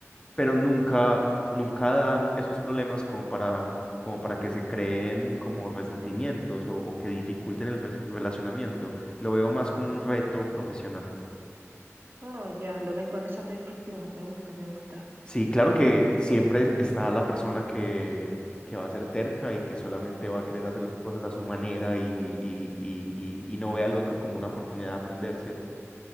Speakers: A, on the left; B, on the right.
A: pero nunca, nunca dan esos problemas como para, como para que se creen como resentimientos o, o que dificulten el res- relacionamiento. Lo veo más como un reto profesional.
B: oh, ya, lo ven con esa perspectiva. Me gusta, me gusta.
A: Sí, claro que siempre está la persona que, que va a ser terca y que solamente va a querer hacer las cosas a su manera y, y, y, y, y no ve al otro como una oportunidad de aprender, ¿cierto?